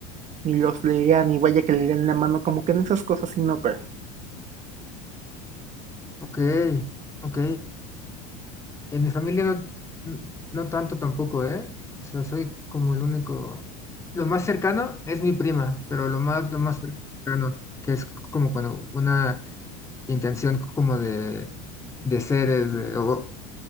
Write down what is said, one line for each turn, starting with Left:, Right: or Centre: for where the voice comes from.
Right: ni los lea, ni vaya que le den la mano, como que en esas cosas sí no creo.
Left: ok, ok. En mi familia no, n- no tanto tampoco, ¿eh? O sea, soy como el único. Lo más cercano es mi prima, pero lo más, lo más cercano, que es como cuando una intención como de, de seres de o-